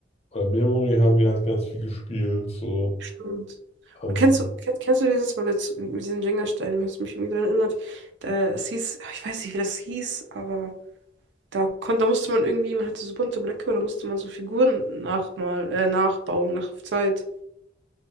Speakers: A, on the left; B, on the right.
A: oder Memory haben wir halt ganz viel gespielt. So.
B: Stimmt.
A: Ähm,
B: Und kennst du, kennst, kennst du dieses, weil jetzt mit diesen Jenga-Steinen, hast du mich irgendwie daran erinnert, da, es hieß, ich weiß nicht, wie das hieß, aber da konnte, da musste man irgendwie, man hatte so bunte Blöcke und da musste man so Figuren nachmal, äh, nachbauen, nach Zeit.